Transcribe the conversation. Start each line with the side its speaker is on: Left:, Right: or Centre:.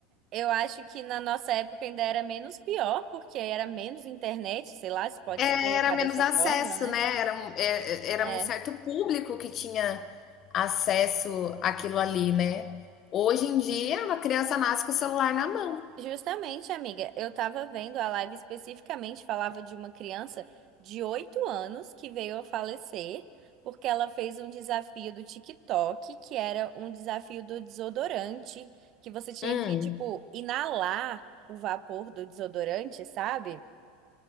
Right: eu acho que na nossa época ainda era menos pior, porque era menos internet, sei lá, se pode
Left: Era
Right: se colocar
Left: menos
Right: dessa
Left: acesso,
Right: forma, né?
Left: né? Era um, é- é- era
Right: É,
Left: um certo público que tinha acesso àquilo ali, né? Hoje em dia, uma criança nasce com o celular na mão.
Right: justamente, amiga, eu tava vendo a live especificamente, falava de uma criança de 8 anos que veio a falecer porque ela fez um desafio do TikTok, que era um desafio do desodorante, que você tinha
Left: Hum.
Right: que, tipo, inalar o vapor do desodorante, sabe?